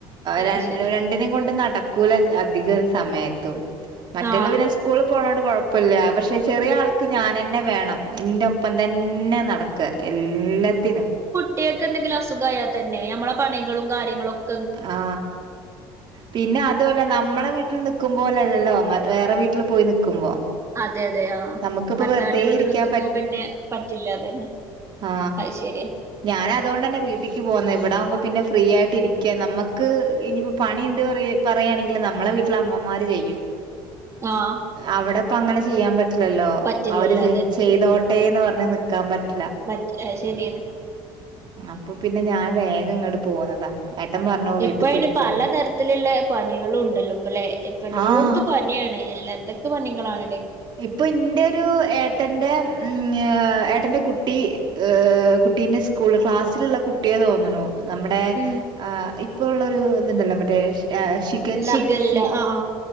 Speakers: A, on the right; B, on the right.
A: ര
B: അത് ശരി
A: രണ്ടിനേും കൊണ്ട് നട ക്കൂല അധികം സമയത്തും മറ്റോള്
B: ആ
A: പിന്നെ സ്കൂള് പോണോണ്ട് കുഴപ്പല്ല്യാ പക്ഷെ ചെറിയ ആൾക്ക് ഞാനന്നെ വേണം എന്റെ ഒപ്പം തന്നെ നടക്ക എല്ലത്തിനും
B: കുട്ടിയേക്കെന്തെങ്കിലും അസുഖായാൽ തന്നെ നമ്മളെ പണികളും കാര്യങ്ങളും ഒക്കെ
A: ആ പിന്നെ അതോലെ നമ്മളെ വീ ട്ടിൽ നിക്കുമ്പോലല്ലല്ലോ വേറെ വീട്ടിൽ പോയി നിക്കുമ്പോ
B: അതെ അതെ ആ
A: നമുക്കിപ്പോ
B: ഭർത്താവിന്റെ
A: വെറുതെ
B: വീട്ട്
A: ഇരിക്കാൻ
B: നിക്കുമ്പോ പിന്നെ പറ്റില്ല അതന്നെ
A: ആ
B: അത് ശരിയാ
A: ഞാൻ അതോണ്ടന്നെ വീട്ടീക്ക് പോന്നെ ഇവിട ആകുമ്പോ പിന്നെ ഫ്രീ ആയിട്ട് ഇരിക്കാ നമ്മക്ക് നമ്മക്ക് ഇനിയിപ്പോ പണി ഉണ്ട് പറ പറയാണെങ്കിലും നമ്മളെ വീട്ടിലമ്മമാര് ചെയ്യും
B: ആഹ്
A: അവിടെപ്പ അങ്ങനെ ചെയ്യാൻ പറ്റില്ലല്ലോ
B: പറ്റില്ലല്ലോ
A: അവര് ചെയ്തോ ട്ടേന്ന് പറഞ്ഞ് നിക്കാൻ പറ്റ
B: പറ്റില്ല അത് ശരിയാ
A: അപ്പൊ പിന്നെ ഞാൻ വേഗം ഇങ്ങട്ട് പോന്നതാ ഏട്ടൻ പറഞ്ഞു വീട്ടിൽ
B: ഇപ്പ അയ്ന്
A: പോയിക്കോ
B: പലതരത്തിലുള്ള പനികളുണ്ട് ഇപ്പല്ലെ ഇപ്പൊ എല്ലോട്ത്തും
A: ആഹ്
B: പനിയാണ് എല്ല എന്തൊക്കെ പനികാണ്
A: ഇപ്പൊ ഇന്റെരു ഏട്ടന്റെ ഉം ഏട്ടന്റെ കുട്ടി ട്ടി ങ് കുട്ടീന്റെ സ്കൂള് ക്ലാസ്സില്ള്ള കുട്ടിയാ തോന്നുണു ന്നമ്മ്ടേ
B: ഉം
A: ആ ഇപ്പോ ഉള്ള ഒരു ത് ണ്ടല്ലോ മറ്റേ ഷ് ഷികല്ല
B: ഷിഗല്ല
A: ഷി
B: ആഹ് ആഹ്